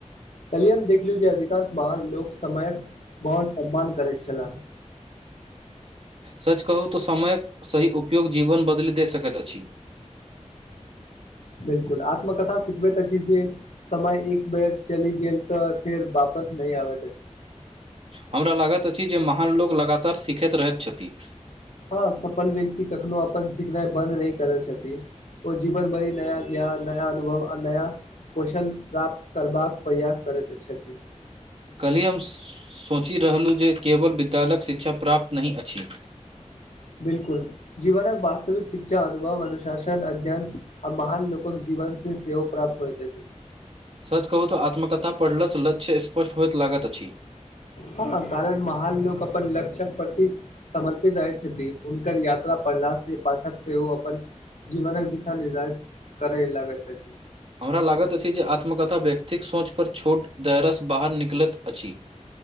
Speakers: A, on the left; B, on the right.
A: कहलियए हम देखलियू जे अधिकांश महान लोक समयक बत सम्मान करैत छलाह।
B: सच कहू त समयक सही उपयोग जीवन बदलि दे सकैत अछि
A: बिल्कूल आत्मकथा सिखबैत अछि जे समय एक बेर चलि गेल तऽ फेर वापस नहि आब।
B: हमरा लागैत अछि जे महान लोको लगातार सिखैत रहैत छथिन।
A: ह सफल व्यक्त कखनो अपन सिखनाइ बन्द नै करै छथिक ओ जीवन भरि नया ज्ञान नया अनुभव आ नया। कौशल प्राप्त करबाक प्रयास करैत छथि।
B: कल्हि हम सोचि रहलहुँ जे केवल विद्यालयक शिक्षा प्राप्त नहि अछि।
A: बिल्कूल जीवनक वास्तविक शिक्षा अनुभव अनुशासन अध्ययन आ महान लोक जीवन से सेहोव प्राप्त होयते
B: सच कहू तऽ आत्मकथा पढ़लसँ लक्ष्य स्पष्ट होयइत लागैत अछि।
A: ह कारण महान लोक अपन ल्षक प्रति समर्पित रहैत छथि हुनकर यात्रा पढ़ला से पाठक से ओ अपन। जीवन दिशा दश करै लागै प
B: हमरा लागैत अछि जे आत्मकथा व्यक्तिक सोचपर छोट दयरसँ बाहर निकलैत अछि।